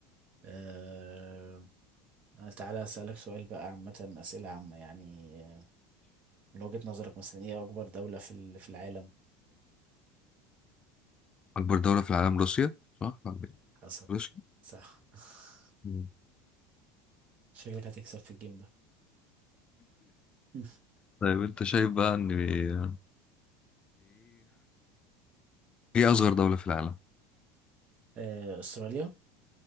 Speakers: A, on the right (about 45°); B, on the left (about 30°).
A: آه... تعالى أسألك سؤال بقى عامة أسئلة عامة يعني آه، من وجهة نظرك مثلا إيه أكبر دولة في ال- في العالم؟
B: اكبر دولة في العالم روسيا صح
A: حصل
B: روسيا
A: صح <laughs>
B: مم.
A: شكلك هتكسب في الجيم ده <laughs>
B: طيب انت شايف بقى ان ايه ايه اصغر دولة في العالم
A: آه... أستراليا؟